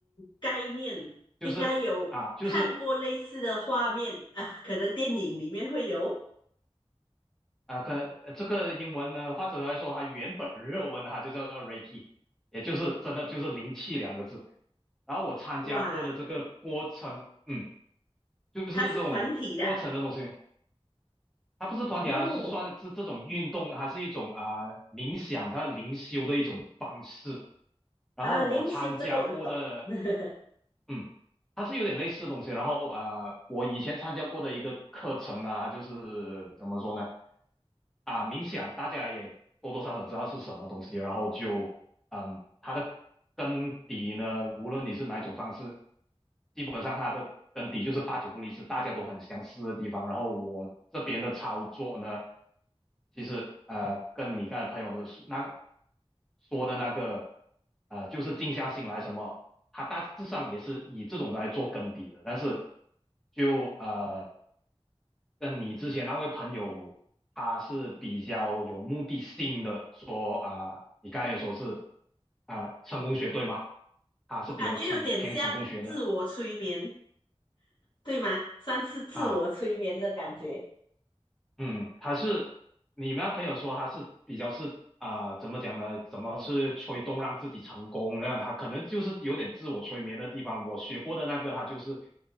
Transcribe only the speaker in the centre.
就是啊，就是。
啊、呃可呃这个英文呢，或者来说，它原本日文它就叫做 Reiki，也就是真的就是灵气两个字。然后我参加过的这个过程，
嗯，就是这种过程的东西，
它不是团体啊，
就是算是这种运动，还是一种啊、呃冥想，它灵修的一种方式。然后我参加过的
嗯，它是有点类似的东西。然后啊、呃我以前参加过的一个课程啊，就是怎么说呢？啊，冥想大家也多多少少知道是什么东西，然后就嗯，它的根底呢，无论你是哪一种方式，基本上它的根底就是八九不离十，大家都很相似的地方。然后我这边的操作呢，其实呃，跟你刚才朋友的那那说的那个呃，就是静下心来什么，他大致上也是以这种来做根底的。但是就呃，跟你之前那位朋友他是比较有目的性的说啊、呃你刚才也说是啊、呃成功学对吗？他是比较成偏成功学的
啊。嗯，他是你们那朋友说他是比较是啊、怎么讲呢？怎么是催动让自己成功？那他可能就是有点自我催眠的地方。我学过的那个，他就是